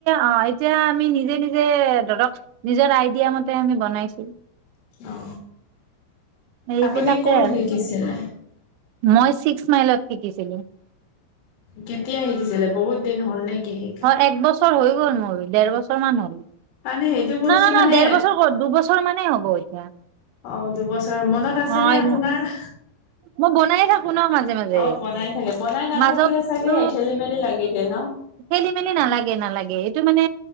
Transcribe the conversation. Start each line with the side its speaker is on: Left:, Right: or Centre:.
Right: অ এতিয়া আমি নিজে নিজে ধৰক নিজৰ আইডিয়া মতে আমি বনাইছো
Left: অ
Right: এইবিলাকে
Left: আপুনি কত
Right: আৰু
Left: শিকিছিলে
Right: মই ছিক্স মাইলত শিকিছিলো
Left: কেতিয়া শিকিছিলে বহুত দিন হল নে কি হিকা
Right: হয় এক বছৰ হৈ গ'ল মোৰ ডেৰ বছৰ মান হ'ল
Left: তানে সেইটো বস্তু
Right: না না না
Left: মানে
Right: দেৰ বছৰ ক'ত দুবছৰ মানেই হ'ব এতিয়া
Left: অ দুবছৰ মনত আছে
Right: হয়
Left: নে আপোনাৰ
Right: মই বনায়ে থাকো ন মাজে মাজে
Left: অ বনাই থাকে বনাই নাথাকিলে
Right: মাজতো
Left: চাগে খেলি মেলি লাগেগে ন
Right: খেলি মেলি নালাগে নালাগে এইটো মানে